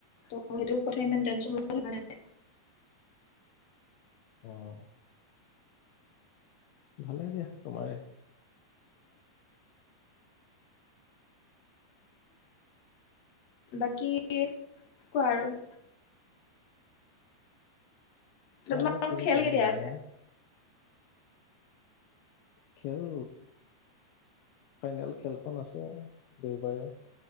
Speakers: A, on the left; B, on the left.
A: ত সেইটো কথা ইমান টেনশ্যন ল'ব লগা কথা নাই।
B: অ'। ভালে দিয়া, তোমাৰে
A: বাকী, কোৱা আৰু? তোমালোকৰ
B: আৰু কিনো
A: খেল
B: কম,
A: কেতিয়া
B: মই
A: আছে
B: না। খেল। ফাইনেল খেলখন আছে, দেওবাৰে